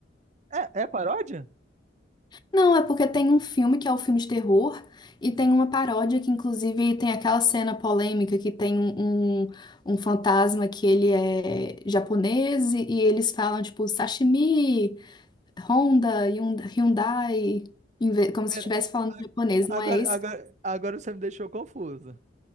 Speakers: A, on the right; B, on the left.
A: É, é paródia?
B: Não, é porque tem um filme que é o filme de terror e tem uma paródia que, inclusive, tem aquela cena polêmica que tem um, um, um fantasma que ele é japonês e e eles falam, tipo, sashimi, Honda, Hyun- Hyundai, em ve- como se
A: Pera,
B: estivesse falando japonês,
A: Agora,
B: não é esse?
A: agora, agora você me deixou confuso.